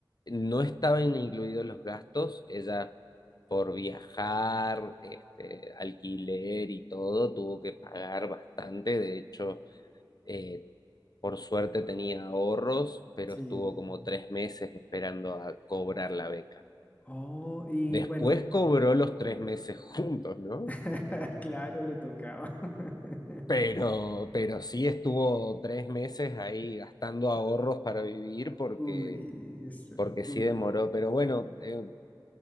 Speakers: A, on the left (about 55°); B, on the left (about 20°).
A: No estaban incluidos los gastos, ella por viajar, este, alquiler y todo, tuvo que pagar bastante. De hecho, Eh, por suerte tenía ahorros, pero
B: sí.
A: estuvo como tres meses esperando a cobrar la beca.
B: Oh, y
A: Después
B: bueno,
A: cobró los tres meses <laughs> juntos, ¿no?
B: <laughs> claro, le tocaba. <laughs>
A: Pero, pero sí estuvo tres meses ahí gastando ahorros para vivir porque,
B: Uy, es eh,
A: porque
B: duro.
A: sí demoró. Pero bueno, eh,